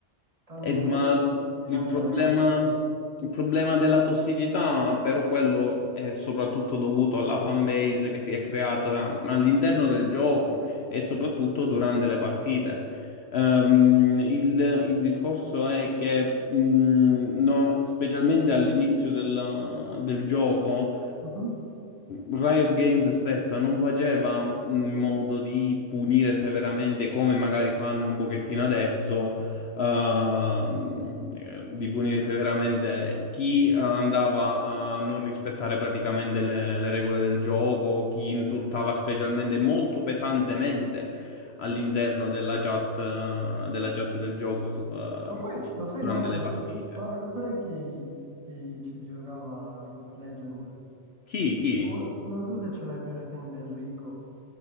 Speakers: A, on the right; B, on the left.
A: tante
B: Eh, ma
A: altre bilanciamento.
B: il problema, il problema della tossicità, però quello è soprattutto dovuto alla fanbase che si è creata all'interno del gioco e soprattutto durante le partite. Ehm, il, il discorso è che, mh, no, specialmente all'inizio del, del gioco,
A: Mhm.
B: Riot Games stessa non faceva in modo di punire severamente come magari fanno un pochettino adesso, ehm, di punire severamente chi eh, andava a non rispettare praticamente le, le regole del gioco, chi insultava specialmente molto pesantemente all'interno della chat, eh, della chat del gioco, eh,
A: Ma poi lo sai
B: durante
A: Mauro
B: le partite.
A: chi, Mauro, sai chi, chi ci giocava a League of Legends?
B: Chi? Chi?
A: Oh, Non so se ce l'hai presente Enrico.